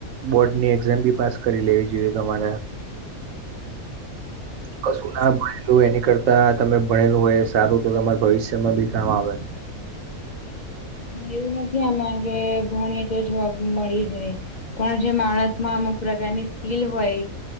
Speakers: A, on the right (about 70°); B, on the left (about 45°).
A: બોર્ડની એક્ઝામ બી પાસ કરી લેવી જોઈએ તમારે. કશું ના ભણેલું એની કરતા તમે ભણેલું હોય સારું તો તમારા ભવિષ્યમાં બી કામ આવે.
B: હ એવું નથી આમાં કે ભણીએે તો જોવા મળી જાય. પણ જે માણસમાં અમુક પ્રકારની સ્કીલ હોય